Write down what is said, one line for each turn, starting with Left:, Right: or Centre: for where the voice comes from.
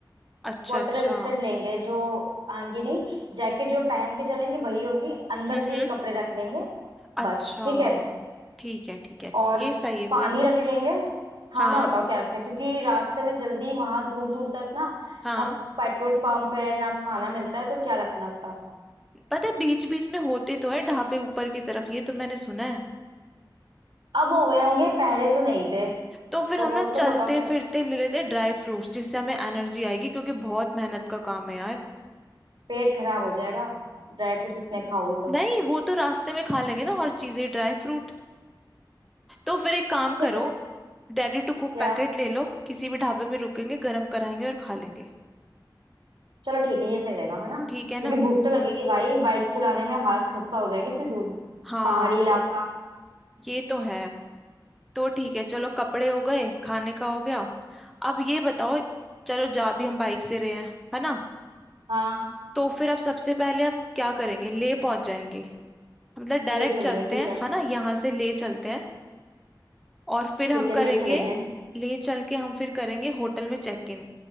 Centre: अच्छा
Right: वाटर
Centre: अच्छा
Right: रेजिस्टेंट लेंगे जो आ, ये नहीं जैकेट जो पहन के चलेंगे वही होगी अंदर
Centre: हम्म
Right: के कपड़े रख लेंगे
Centre: अच्छा
Right: बस ठीक है
Centre: ठीक है ठीक है
Right: और
Centre: ये सही है
Right: पानी
Centre: कोई
Right: रख लेंगे खाना
Centre: हाँ
Right: बताओ क्या रखता है क्योंकि रास्ते में जल्दी वहां दूर दूर तक ना
Centre: हाँ
Right: ना पेट्रोल पंप है ना खाना मिलता है तो क्या रखना है बताओ
Centre: पता है बीच बीच में होते तो है ढाबे ऊपर की तरफ ये तो मैंने सुना है
Right: अब हो गए होंगे पहले तो नहीं थे
Centre: तो फिर
Right: तो
Centre: हम ना
Right: तुम
Centre: चलते
Right: बताओ क्या
Centre: फिरते ले लेते ड्राई फ्रूट्स जिससे हमें एनर्जी आएगी क्योंकि बहुत मेहनत का काम है यार
Right: पेट खराब हो जाएगा ड्राई फ्रूट्स इतने खाओगे तो
Centre: नहीं वो तो रास्ते में खा लेंगे ना और चीजें ड्राई फ्रूट तो फिर एक काम करो
Right: ठीक है
Centre: रेडी टू कुक
Right: क्या
Centre: पैकेट ले लो किसी भी ढाबे में रुकेंगे गर्म कराएंगे और खा लेंगे
Right: चलो ठीक है ये सही रहेगा है ना
Centre: ठीक है
Right: क्योंकि
Centre: ना
Right: भूख तो लगेगी भाई बाइक चलाने में हालत खस्ता हो जाएगी इतनी दूर
Centre: हाँ
Right: पहाड़ी इलाका
Centre: ये तो है तो ठीक है चलो कपड़े हो गए खाने का हो गया अब ये बताओ चलो जा भी हम बाइक से रहे हैं है ना
Right: हाँ
Centre: तो फिर अब सबसे पहले हम क्या करेंगे ले पहुंच जाएंगे मतलब डायरेक्ट
Right: ले चलेंगे
Centre: चलते
Right: ठीक
Centre: हैं
Right: है
Centre: है ना यहाँ से ले चलते हैं और फिर
Right: ठीक
Centre: हम करेंगे
Right: है ले चलेंगे
Centre: ले चल के हम फिर करेंगे होटल में चेक इन